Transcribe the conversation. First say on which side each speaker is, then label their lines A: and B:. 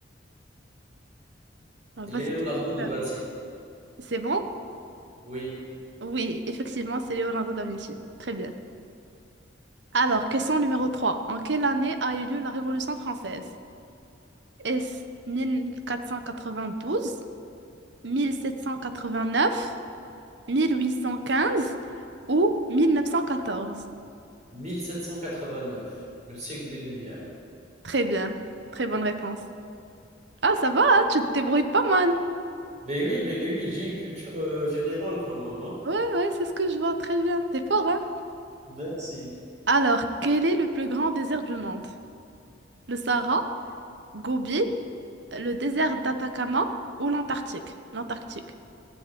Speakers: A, on the right; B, on the right.
A: Ah,
B: Leonardo
A: vas-y, tu peux le
B: de
A: faire.
B: Vinci.
A: C'est bon?
B: Oui.
A: Oui, effectivement, c'est Leonardo da Vinci. Très bien. Alors, question numéro 3. En quelle année a eu lieu la Révolution française? Est-ce 1492, 1789, 1815 ou 1914?
B: mille sept cent quatre-vingt-neuf le siècle des Lumières.
A: Très bien. Très bonne réponse. Ah, ça va, hein, Tu te débrouilles pas mal.
B: Mais oui, mais oui, j'ai une culture, heu, générale quand même, hein.
A: Ouais, ouais, c'est ce que je vois. Très bien. T'es fort, hein?
B: Merci.
A: Alors, quel est le plus grand désert du monde? Le Sahara, Gobi, le désert d'Atacama ou l'Antarctique? L'Antarctique.